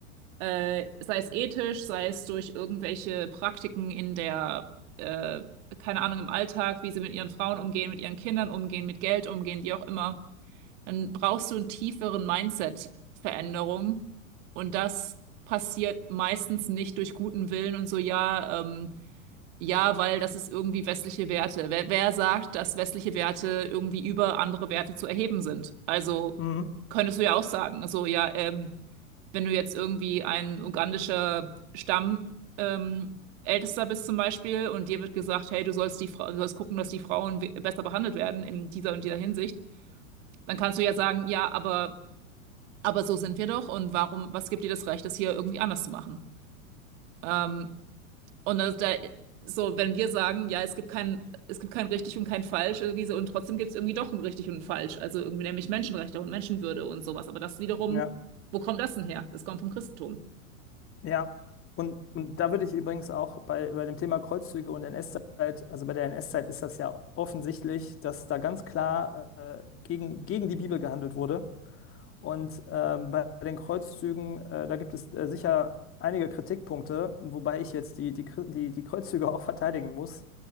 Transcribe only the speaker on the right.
äh, sei es ethisch, sei es durch irgendwelche Praktiken in der, äh, keine Ahnung, im Alltag, wie sie mit ihren Frauen umgehen, mit ihren Kindern umgehen, mit Geld umgehen, wie auch immer dann brauchst du einen tieferen Mindset-Veränderung. Und das passiert meistens nicht durch guten Willen und so, ja, ähm, ja, weil das ist irgendwie westliche Werte. Wer, wer sagt, dass westliche Werte irgendwie über andere Werte zu erheben sind? Also
könntest du ja auch sagen, so, ja, ähm, wenn du jetzt irgendwie ein ugandischer Stamm, ähm, Ältester bist zum Beispiel und dir wird gesagt, hey, du sollst die Frau, du sollst gucken, dass die Frauen we- besser behandelt werden in dieser und dieser Hinsicht, dann kannst du ja sagen, ja, aber aber so sind wir doch und warum, was gibt dir das Recht, das hier irgendwie anders zu machen? Ähm, und das, da, so, wenn wir sagen, ja, es gibt kein, es gibt kein richtig und kein falsch irgendwie so, und trotzdem gibt es irgendwie doch ein richtig und ein falsch, also irgendwie nämlich Menschenrechte und Menschenwürde und sowas, aber das wiederum,
wo kommt das denn her? Das kommt vom Christentum.